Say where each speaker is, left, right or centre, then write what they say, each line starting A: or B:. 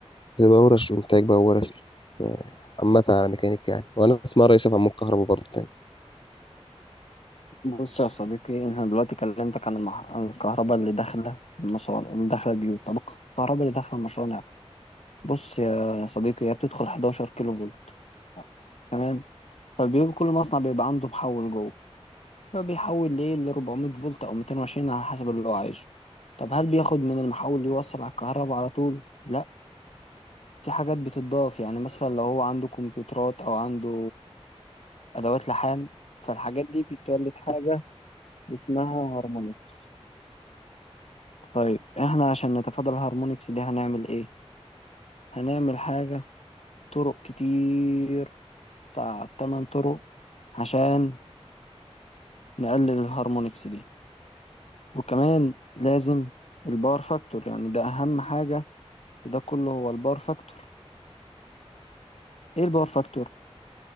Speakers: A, on the left (about 50°); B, on the left (about 75°).
A: بتبقى ورش إنتاج بقى ورش آه، عامة على ميكانيكا يعني وأنا اسمها رئيس عمود كهرباء برضه تاني
B: بص يا صديقي انا دلوقتي كلمتك عن, المح... عن الكهرباء اللي داخله المصانع اللي داخله البيوت طب الكهرباء اللي داخله المصانع بص يا يا صديقي هي بتدخل 11 كيلو فولت تمام فالبيوت كل مصنع بيبقى عنده محول جوه هو بيحول ليه ل 400 فولت او 220 على حسب اللي هو عايزه طب هل بياخد من المحول يوصل على الكهرباء على طول لا في حاجات بتضاف يعني مثلا لو هو عنده كمبيوترات او عنده ادوات لحام فالحاجات دي بتولد حاجة اسمها هارمونكس طيب احنا عشان نتفادى الهارمونكس دي هنعمل ايه هنعمل حاجة طرق كتير بتاع 8 طرق عشان نقلل الهارمونكس دي وكمان لازم الباور فاكتور يعني ده اهم حاجة ده كله هو الباور فاكتور ايه الباور فاكتور